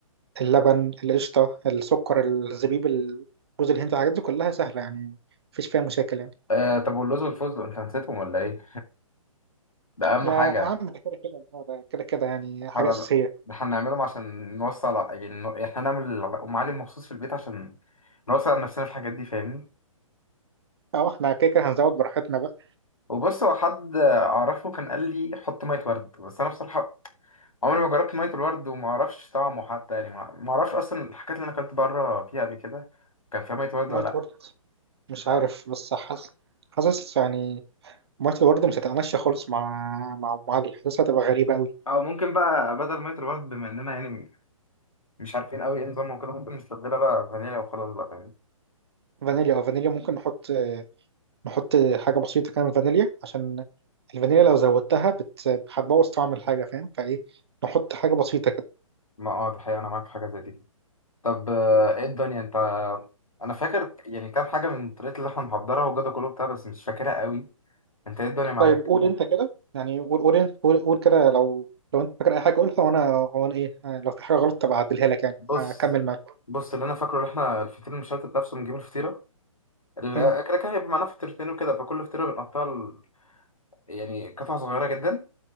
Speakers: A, on the right; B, on the left.
A: اللبن القشطه السكر الزبيب ال- جوز الهند الحاجات دي كلها سهله يعني مفيش فيها مشاكل يعني
B: أه طب واللوز والفستق انت نسيتهم ولا ايه ده اهم
A: يعني
B: حاجه
A: يا عم ده كده كده هو ده كده كده يعني حاجة
B: هن-
A: أساسية
B: هنعملهم عشان نوصل يعني ن- احنا نعمل ام علي مخصوص في البيت عشان نوصل على نفسنا في الحاجات دي فاهمني
A: أه إحنا كده كده هنزود براحتنا بقى
B: وبص هو حد اعرفه كان قال لي حط ميه ورد بس انا بصراحه عمري ما جربت ميه الورد وما اعرفش طعمه حتى يعني ما ما اعرفش اصلا الحاجات اللي انا اكلت بره فيها قبل كده كان فيها ميه ورد
A: مية
B: ولا لا
A: ورد مش
B: ف
A: عارف بس حاسس حاسس يعني مية الورد مش هتتمشى خالص مع مع أم علي حاسسها هتبقى غريبة أوي
B: او ممكن بقى بدل ميه الورد بما اننا يعني مش عارفين قوي ايه نظامها وكده ممكن نستبدلها بقى فانيليا وخلاص بقى فاهمني
A: فانيليا أه فانيليا ممكن نحط نحط حاجة بسيطة كده من فانيليا عشان الفانيليا لو زودتها بت... هتبوظ طعم الحاجة فاهم فإيه نحط حاجة بسيطة كده
B: ما اه دي حقيقة انا معاك في حاجه زي دي طب آه، ايه الدنيا انت انا فاكر يعني كام حاجه من الطريقه اللي احنا محضرها وجدع كله بتاع بس مش فاكرها قوي انت ايه الدنيا معاك
A: طيب قول أنت كده يعني قول قول أنت قول, قول كده لو لو أنت فاكر أي حاجة قولها وأنا وأنا إيه لو في حاجة غلط تبقى أعدلها لك يعني
B: بص
A: أكمل معاك
B: بص اللي انا فاكره اللي احنا الفطير المشلتت نفسه بنجيب الفطيره ال-
A: مم.
B: كده كده هيبقى معانا فطيرتين وكده فكل فطيره بنقطعها ل- يعني قطع صغيره جدا